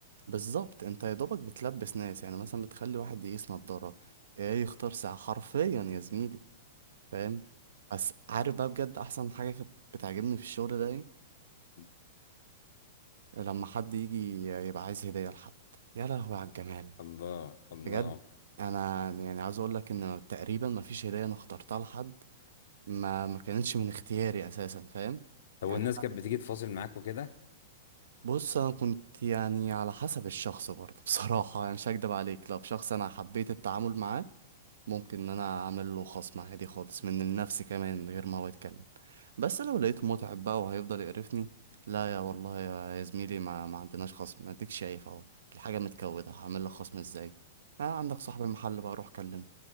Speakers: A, on the right; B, on the left.
A: بالظبط أنت يا دوبك بتلبس ناس يعني مثلا بتخلي واحد يقيس نضارة إيه يختار ساعة حرفيا يا زميلي فاهم؟ بس عارف بقى بجد أحسن حاجة كانت بتعجبني في الشغل ده إيه؟
B: <laughs>
A: لما حد يجي يبقى عايز هدية لحد يا لهوي على الجمال
B: الله الله
A: بجد انا يعني عاوز اقول لك ان تقريبا ما فيش هديه انا اخترتها لحد ما ما كانتش من اختياري اساسا فاهم
B: طب
A: يعني
B: والناس كانت بتيجي تفاصل معاك وكده
A: بص انا كنت يعني على حسب الشخص برضه <laughs> بصراحه يعني مش هكدب عليك لو شخص انا حبيت التعامل معاه ممكن ان انا اعمل له خصم عادي خالص من النفس كمان من غير ما هو يتكلم بس لو لقيته متعب بقى وهيفضل يقرفني لا يا والله يا يا زميلي ما, ما عندناش خصم اديك شايف اهو الحاجه متكوده هعمل له خصم ازاي آه عندك صاحب المحل بقى روح كلمه